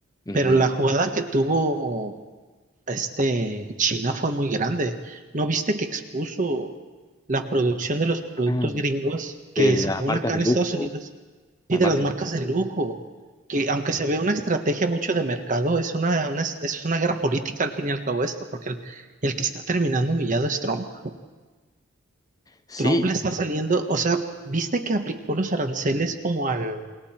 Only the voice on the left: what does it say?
Ujú.
Ah,
De las
marcas
de
lujo,
las
marcas
de lujo.
Sí,